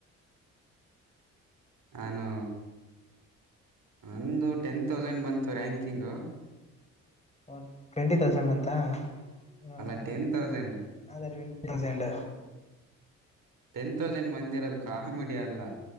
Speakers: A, on the right; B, on the left.
A: ಆನು ಅಂದು ಟೆನ್ ತೌಸಂಡ್ ಬಂತು ರ್ಯಾಂಕಿಂಗು
B: ಒ ಟ್ವೆಂಟಿ ತೌಸಂಡ್ ಅಂತ ಹ್ಮ್
A: ಅಲ್ಲ ಟೆನ್ ತೌಸಂಡ್
B: ಅದೇ ಟ್ವೆಂಟಿ ತೌಸಂಡ್
A: ಟೆನ್ ತೌಸಂಡ್ ಬಂದಿರೋದು ಕಾಮಿಡಿಯ ಅಲ್ಲ